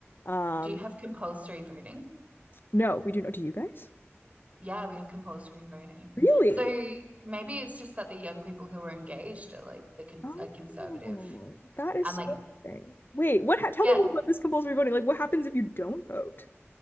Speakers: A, on the left (about 50°); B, on the right (about 30°).
A: um
B: Do you have compulsory voting?
A: no, we do know. Do you guys?
B: Yeah, we have compulsory voting.
A: Really?
B: So maybe it's just that the young people who are engaged are like the cons
A: Oh,
B: are conservative
A: that is
B: and
A: so
B: like
A: interesting. Wait, what ha tell
B: yeah,
A: me more about this compulsory voting. Like what happens if you don't vote?